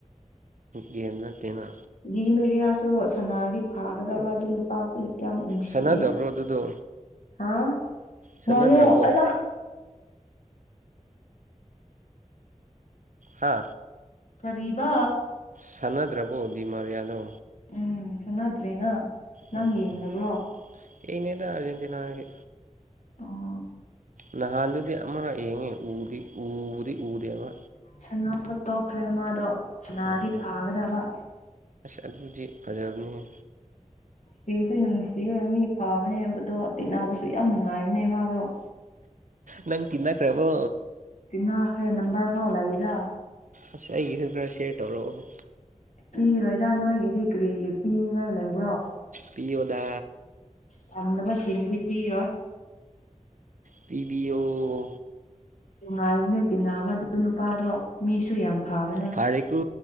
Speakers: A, on the right; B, on the left.
A: ꯒꯦꯝ ꯅꯠꯇꯦꯅ
B: ꯗꯤ ꯃꯦꯔꯤꯌꯥꯁꯨ ꯁꯅꯔꯗꯤ ꯐꯥꯒꯗꯕ ꯑꯗꯨ ꯅꯨꯄꯥꯁꯨ ꯌꯥꯝ ꯅꯨꯡꯁꯤꯌꯦ
A: ꯁꯥꯟꯅꯗꯕ꯭ꯔꯣ ꯑꯗꯨꯗꯣ
B: ꯑꯥ
A: ꯁꯥꯟꯅꯗ꯭ꯔꯕꯣ
B: ꯉꯥꯏꯑꯣ ꯑꯜꯂ
A: ꯍꯥ
B: ꯀꯔꯤꯕ
A: ꯁꯥꯟꯅꯗ꯭ꯔꯕꯣ ꯗꯤꯃꯥꯔꯤꯌꯥꯗꯣ
B: ꯎꯝ ꯁꯥꯟꯅꯗ꯭ꯔꯦꯅ ꯅꯪ
A: ꯑꯣ
B: ꯌꯦꯡꯗꯕ꯭ꯔꯣ
A: ꯑꯣ ꯑꯩꯅꯦꯗ ꯑꯥꯔꯖꯦꯟꯇꯤꯅꯥꯒꯤ
B: ꯑꯥ
A: ꯅꯍꯥꯟꯗꯨꯗꯤ ꯑꯃꯔꯛ ꯌꯦꯡꯉꯦ ꯎꯗꯤ ꯎꯗꯤ ꯎꯗꯦꯕ
B: ꯁꯅꯥꯕ ꯇꯣꯛꯈ꯭ꯔꯦ ꯃꯥꯗꯣ ꯁꯅꯥꯔꯗꯤ
A: ꯑꯥ
B: ꯐꯥꯒꯗꯕ
A: ꯑꯗꯨꯗꯤ ꯐꯖꯕꯅꯤꯍꯦ
B: ꯅꯨꯡꯁꯨ ꯅꯨꯡꯁꯤꯌꯦ ꯃꯤ ꯐꯥꯕꯅꯦꯕ ꯑꯗꯣ ꯇꯤꯟꯅꯕꯁꯨ ꯌꯥꯝ ꯅꯨꯡꯉꯥꯏꯕꯅꯦ ꯃꯥꯗꯣ
A: ꯅꯪ ꯇꯤꯟꯅꯈ꯭ꯔꯕꯣ
B: ꯇꯤꯟꯅꯈ꯭ꯔꯦ ꯅꯝꯕꯔ ꯐꯥꯎ ꯂꯩꯗ
A: ꯑꯁ ꯑꯩꯒꯤꯁꯨ ꯈꯔ ꯁꯤꯌꯔ ꯇꯧꯔꯛꯑꯣ ꯍꯦ
B: ꯄꯤꯔꯣꯏꯗ ꯅꯣꯏꯒꯤꯗꯤ ꯀꯔꯤꯒꯤ ꯄꯤꯅꯤꯡꯉꯥꯏ ꯂꯩꯕ꯭ꯔꯣ
A: ꯄꯤꯑꯣꯗ
B: ꯄꯥꯝꯗꯕ ꯁꯤꯡꯗꯤ ꯄꯤꯔꯣꯏ
A: ꯄꯤꯕꯤꯑꯣ
B: ꯅꯨꯡꯉꯥꯏꯕꯅꯦ ꯇꯤꯟꯅꯕ ꯑꯗꯨ ꯅꯨꯄꯥꯗꯣ ꯃꯤꯁꯨ ꯌꯥꯝ ꯐꯕꯅꯦ
A: ꯐꯔꯦꯀꯣ